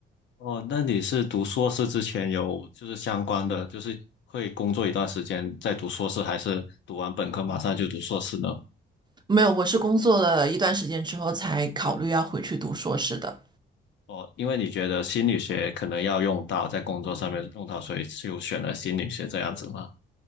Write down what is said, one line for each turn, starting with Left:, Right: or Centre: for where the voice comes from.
Left: 哦，那你是读硕士之前有就是相关的，就是会工作一段时间再读硕士，还是读完本科马上就读硕士呢？
Right: 没有，我是工作了一段时间之后才考虑要回去读硕士的。
Left: 哦，因为你觉得心理学可能要用到在工作上面用到，所以就选了心理学这样子吗？